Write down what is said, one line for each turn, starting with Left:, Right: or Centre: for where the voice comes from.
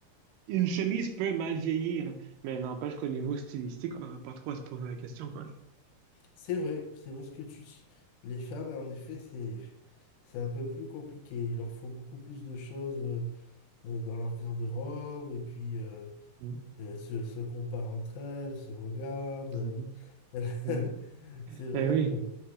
Right: Une chemise peut mal vieillir, mais n'empêche qu'au niveau stylistique, on n'a pas trop à se poser la question, quoi.
Left: c'est vrai, c'est vrai ce que tu dis. Les femmes, en effet, c'est c'est un peu plus compliqué. Il leur faut beaucoup plus de choses euh, euh, dans leur garde-robe et puis euh,
Right: Mm.
Left: euh, se, se comparent entre elles, se regardent. euh,
Right: Mm.
Left: elles- <laughs>
Right: Ouais.
Left: C'est vrai
Right: Eh oui.
Left: que